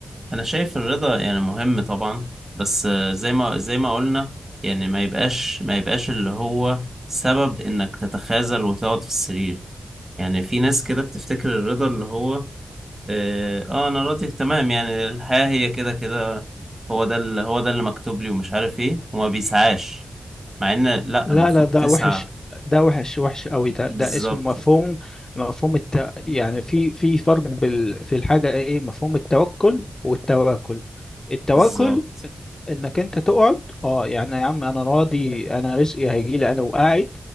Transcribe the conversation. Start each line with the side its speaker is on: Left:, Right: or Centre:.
Right: انا شايف الرضا يعني مهم طبعا بس آه، زي ما زي ما قلنا يعني ما يبقاش ما يبقاش اللي هو سبب انك تتخاذل وتقعد في السرير يعني في ناس كده بتفتكر الرضا اللي هو اه آه، انا راضي تمام يعني الحياة هي كده كده هو ده اللي هو ده اللي مكتوب لي ومش عارف ايه وما بيسعاش مع ان لا
Left: لا
Right: المفروض
Left: لا ده
Right: تسعى
Left: وحش ده وحش وحش قوي ده
Right: بالظبط
Left: ده اسم مفهوم مفهوم الت... يعني في في فرق بال... في الحاجة ايه إيه، مفهوم التوكل والتواكل التواكل
Right: بالظبط
Left: انك انت تقعد اه يعني يا عم انا راضي انا رزقي هيجي لي انا وقاعد